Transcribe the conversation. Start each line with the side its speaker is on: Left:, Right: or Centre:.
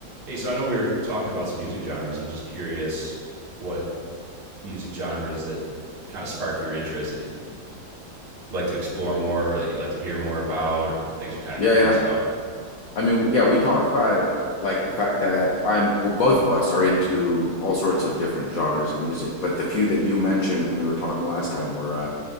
Right: Hey, so I know we were talking about some music genres. I'm just curious what music genres that kind of spark your interest that you'd like to explore more, or that you'd like to hear more about, or things you're kind of
Left: Yeah,
Right: curious
Left: yeah.
Right: about.
Left: I mean, yeah, we talked about like the fact that I'm we're both of us are into all sorts of different genres of music, but the few that you mentioned when we were talking last time were uh,